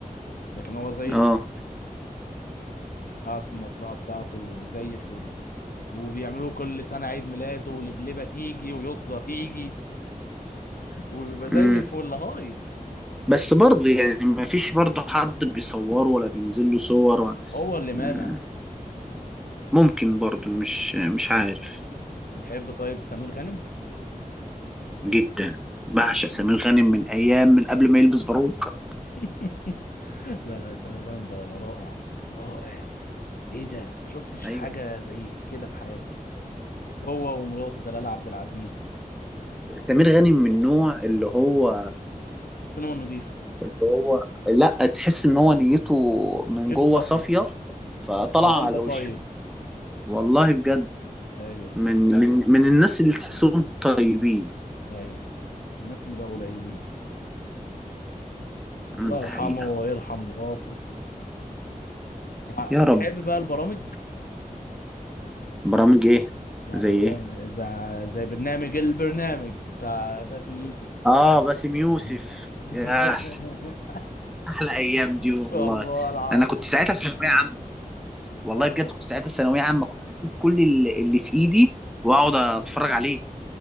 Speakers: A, on the left (about 80°); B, in the centre.
A: لكن هو زي
B: اه
A: الفل قاعد في المزرعه بتاعته زي الفل وبيعملوا كل سنه عيد ميلاده ولبلبه تيجي ويسرى تيجي <laughs> وبيبقى زي
B: امم
A: الفل هايص
B: بس برضه يعني ما فيش برضه حد بيصوره ولا بينزل له صور ولا-
A: هو اللي مانع
B: مم، ممكن برضه مش مش عارف
A: بتحب طيب سمير غانم
B: جدا بعشق سمير غانم من ايام من قبل ما يلبس باروكة
A: <laughs> لا لا سمير غانم ده رائع رائع ايه ده ما شفتش
B: ايوه
A: حاجه زي كده في حياتي هو ومراته دلال عبد العزيز
B: سمير غانم من النوع اللي هو
A: السينما نضيفة
B: اللي هو لا تحس ان هو نيته من
A: نيته
B: جوه
A: صافية
B: صافية فطلع
A: وقلبه
B: على وشه
A: طيب
B: والله بجد
A: ايوه
B: من من من الناس اللي تحسهم طيبين
A: ايوه الناس اللي بقى قليلين
B: مم،
A: الله
B: ده
A: يرحمه
B: حقيقة
A: ويرحم مراته وع-
B: يا
A: بتحب
B: رب
A: بقى البرامج
B: برامج ايه
A: يعني
B: زي
A: مثلا
B: ايه
A: زي, زي برنامج البرنامج بتاع باسم يوسف
B: اه باسم يوسف
A: <laughs>
B: ياه احلى ايام دي والله
A: والله العظيم
B: انا كنت ساعتها ثانويه عامه والله
A: لا
B: بجد كنت ساعتها ثانويه عامه كنت اسيب كل اللي اللي في ايدي واقعد اتفرج عليه